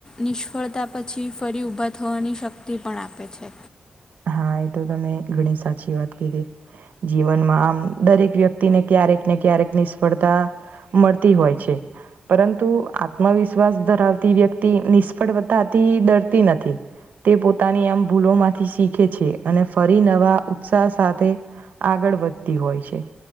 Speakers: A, on the left; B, on the right.
A: નિષ્ફળતા પછી ફરી ઊભા થવાની શક્તિ પણ આપે છે.
B: હા એ તો તમે ઘણી સાચી વાત કીધી જીવનમાં આમ દરેક વ્યક્તિને ક્યારેક ને ક્યારેક નિષ્ફળતા મળતી હોય છે. પરંતુ આત્મવિશ્વાસ ધરાવતી વ્યક્તિ નિષ્ફળવતાથી ડરતી નથી. તે પોતાની આમ ભૂલો માંથી શીખે છે અને ફરી નવા ઉત્સાહ સાથે આગળ વધતી હોય છે.